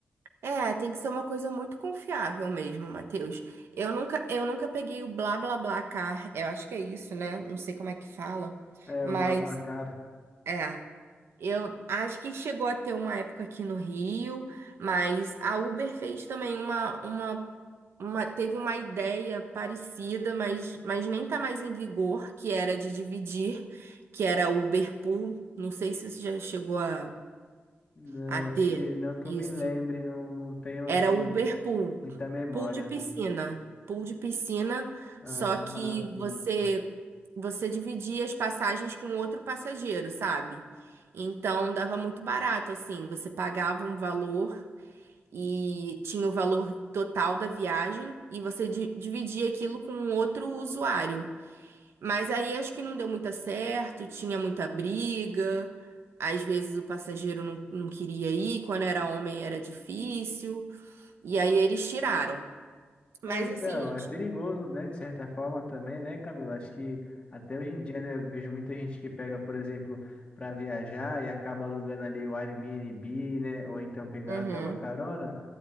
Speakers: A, on the right; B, on the left.
A: É, tem que ser uma coisa muito confiável mesmo, Matheus. Eu nunca, eu nunca peguei o blá blá blá car. Eu acho que é isso, né? Não sei como é que fala,
B: É,
A: mas
B: o BlaBlaCar.
A: é. Eu acho que chegou a ter uma época aqui no Rio, mas a Uber fez também uma, uma uma- teve uma ideia parecida, mas, mas nem tá mais em vigor, que era de dividir, que era o Uberpool. Não sei se você já chegou a,
B: Não,
A: a
B: acho
A: ter
B: que não que
A: isso.
B: eu me lembre, não, não tenho
A: Era
B: assim
A: o Uberpool,
B: muita memória.
A: pool de piscina, pool de piscina,
B: Ah,
A: só que você
B: sim.
A: você dividia as passagens com outro passageiro, sabe? Então dava muito barato assim, você pagava um valor e tinha o valor total da viagem e você di- dividia aquilo com um outro usuário. Mas aí acho que não deu muito certo, tinha muita briga, às vezes o passageiro não, não queria ir, quando era homem era difícil, e aí eles tiraram. Mas
B: É, então,
A: assim,
B: é perigoso, né? De certa forma também, né, Camila? Acho que até hoje em dia, né, eu vejo muita gente que pega, por exemplo, para viajar e acaba alugando ali o Airbnb, né? Ou então pegando
A: Uhum.
B: até uma carona.